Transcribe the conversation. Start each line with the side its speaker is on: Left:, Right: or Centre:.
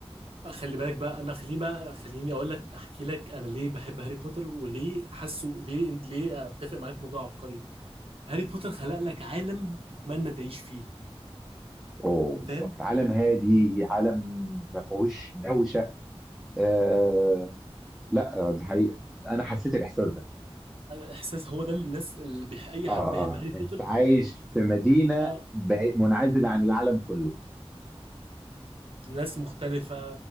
Right: خلي بالك بقى لا خليني بقى خليني اقول لك احكي لك انا ليه بحب هاري بوتر وليه حاسه ليه ليه اتفق معاك في موضوع عبقري هاري بوتر خلق لك عالم تتمنى تعيش فيه
Centre: اوه بالظبط
Right: فاهم
Centre: عالم هادي عالم ما فيهوش دوشه آه لا آه، ده حقيقه انا حسيت الاحساس ده
Right: احساس هو ده اللي الناس اللي بيح... اي
Centre: اه
Right: حد
Centre: اه
Right: بيحب هاري
Centre: انت
Right: بوتر
Centre: عايش في مدينه
Right: اه
Centre: بعي- منعزله عن العالم كله
Right: ناس مختلفة